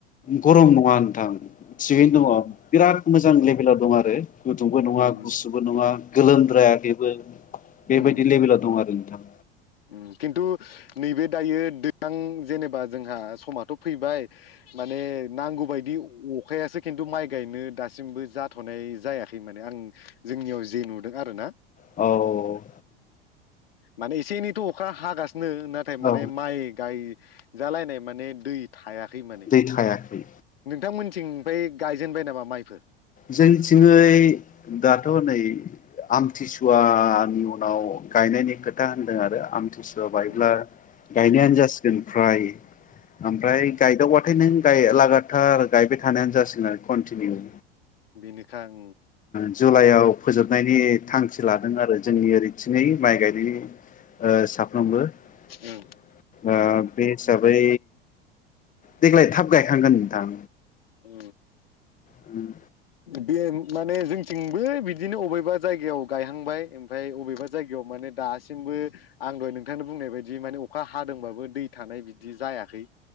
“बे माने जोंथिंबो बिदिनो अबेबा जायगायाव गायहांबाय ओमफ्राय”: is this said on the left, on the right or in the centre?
Left